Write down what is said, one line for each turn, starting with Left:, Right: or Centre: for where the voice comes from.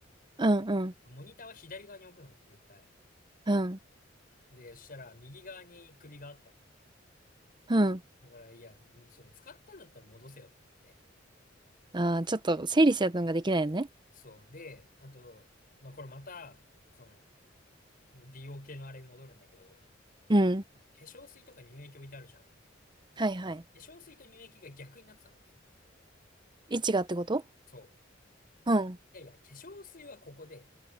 Right: うん、うん、
Left: モニターは左側に置くのね、絶対。
Right: うん、
Left: で、そしたら右側に首があったの。
Right: うん。
Left: だから、いや、その使ったんだったら戻せよと思って。
Right: あー、ちょっと整理するのができないよね。
Left: そう。で、あと、まあ、これまた、その、美容系のあれに戻るんだけど、
Right: うん。
Left: 化粧水とか乳液置いてあるじゃん。化
Right: はいはい。
Left: 粧水と乳液が逆になってたのね。
Right: 位置がってこと
Left: そ
Right: うん。
Left: う。いやいや、化粧水はここで、